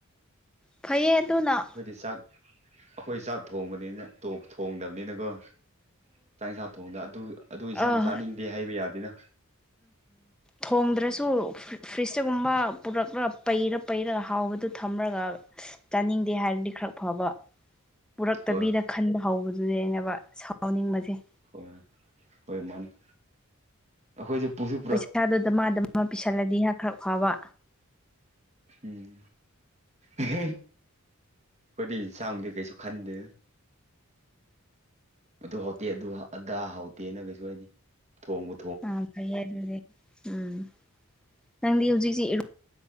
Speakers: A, in the centre; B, on the right.
A: ꯐꯩꯌꯦ ꯑꯗꯨꯅ
B: ꯑꯩꯈꯣꯏꯗꯤ ꯆꯥꯛ ꯑꯩꯈꯣꯏ ꯆꯥꯛ ꯊꯣꯡꯕꯅꯤꯅ ꯇꯣꯛ ꯊꯣꯡꯗꯕꯅꯤꯅꯀꯣ ꯆꯥꯛ ꯏꯟꯁꯥꯡ ꯊꯣꯡꯗ ꯑꯗꯨ ꯑꯗꯨ ꯏꯟꯁꯥꯡ
A: ꯑ ꯎꯝ
B: ꯆꯥꯅꯤꯡꯗꯦ ꯍꯥꯏꯕ ꯌꯥꯗꯦꯅ
A: ꯊꯣꯡꯗ꯭ꯔꯁꯨ ꯐ꯭ꯔꯤꯖꯇꯒꯨꯝꯕ ꯄꯨꯔꯛꯂ ꯄꯩꯔ ꯄꯩꯔꯒ ꯍꯥꯎꯕꯗꯨ ꯊꯝꯔꯒ ꯆꯥꯅꯤꯡꯗꯦ ꯍꯥꯏꯔꯗꯤ ꯈꯔ ꯐꯕ ꯄꯨꯔꯛꯇꯕꯤꯗ
B: ꯍꯣꯏ
A: ꯈꯟꯕ ꯍꯧꯕꯗꯨꯅꯦꯕ ꯁꯥꯎꯅꯤꯡꯕꯖꯦ
B: ꯍꯣꯏ ꯍꯣꯏ ꯃꯥꯅꯤ ꯑꯩꯈꯣꯏꯖꯨ ꯄꯨꯖꯨ
A: ꯄꯩꯁꯥꯗꯨ ꯙꯥꯃꯥ ꯙꯥꯃꯥ ꯄꯤꯁꯜꯂꯗꯤ ꯈꯔ ꯐꯕ
B: ꯎꯪ ꯑꯦꯍꯦ ꯈꯣꯏꯗꯤ ꯆꯥꯡꯕꯗꯤ ꯀꯩꯁꯨ ꯈꯟꯗꯦ ꯑꯗꯨ ꯍꯥꯎꯇꯦ ꯑꯗꯨ- ꯑꯗꯥ ꯍꯥꯎꯇꯦꯅ ꯀꯩꯁꯨ ꯍꯥꯢꯗꯦ ꯊꯣꯡꯕ
A: ꯑꯥ ꯐꯩꯌꯦ ꯑꯗꯨꯗꯤ ꯎꯝ ꯅꯪꯗꯤ ꯍꯧꯖꯤꯛꯁꯤ ꯏꯔꯨ